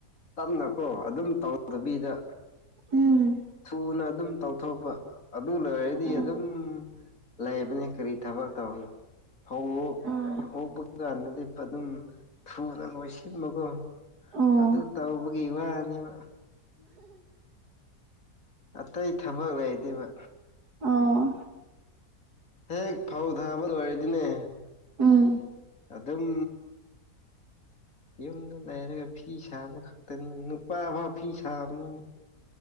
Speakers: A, on the left; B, on the right.
A: ꯇꯞꯅꯀꯣ ꯑꯗꯨꯝ ꯇꯧꯗꯕꯤꯗ
B: ꯎꯝ
A: ꯊꯨꯅ ꯑꯗꯨꯝ ꯇꯧꯊꯣꯛꯄ ꯑꯗꯨ ꯂꯣꯏꯔꯗꯤ
B: ꯑꯣ
A: ꯑꯗꯨꯝ ꯂꯩꯕꯅꯤ ꯀꯔꯤ ꯊꯕꯛ ꯇꯧꯅꯤ ꯐꯧ
B: ꯑꯥ
A: ꯍꯣꯛꯄ ꯀꯥꯟꯅꯗꯤ ꯑꯗꯨꯝ ꯊꯨꯅ ꯂꯣꯏꯁꯤꯟꯕꯀꯣ
B: ꯑꯣ
A: ꯑꯗꯨ ꯇꯧꯕꯒꯤ ꯋꯥꯅꯦꯕ ꯑꯇꯩ ꯊꯕꯛ ꯂꯩꯇꯦꯕ
B: ꯑꯣ
A: ꯍꯦꯛ ꯐꯧ ꯊꯥꯕ ꯂꯣꯏꯔꯗꯤꯅꯦ
B: ꯎꯝ
A: ꯑꯗꯨꯝ ꯌꯨꯝꯗ ꯂꯥꯏꯔ ꯐꯤ ꯁꯥꯕ ꯈꯛꯇꯅꯤ ꯅꯨꯄꯥꯐꯧ ꯐꯤ ꯁꯥꯕꯅꯤꯅꯦ